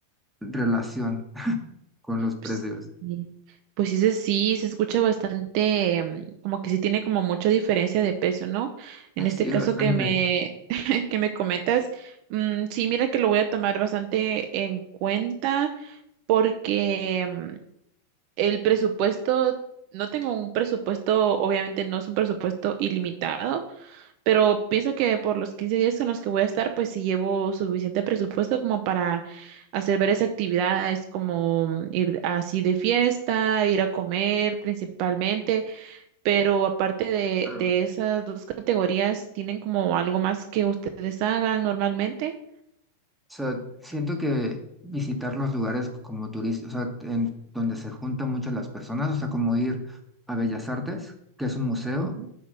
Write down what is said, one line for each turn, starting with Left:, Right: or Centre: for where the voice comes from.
Centre: relación <laughs> con los precios.
Right: Pues sí, pues sí, se- sí, se escucha bastante, mm, como que sí tiene como mucha diferencia de precio, ¿no?
Centre: <laughs>
Right: En este
Centre: Sí,
Right: caso
Centre: bastante.
Right: que me, que me comentas, mm, sí, mira que lo voy a tomar bastante en cuenta porque mm, el presupuesto, no tengo un presupuesto, obviamente no es un presupuesto ilimitado, pero pienso que por los 15 días en los que voy a estar, pues sí llevo suficiente presupuesto como para hacer varias actividades, como mm, ir así de fiesta, ir a comer principalmente. Pero aparte de,
Centre: claro
Right: de esas dos categorías, ¿tienen como algo más que ustedes hagan normalmente?
Centre: O sea, siento que visitar los lugares como turistas, o sea, en donde se juntan muchas las personas, o sea, como ir a Bellas Artes, que es un museo
Right: Ujú.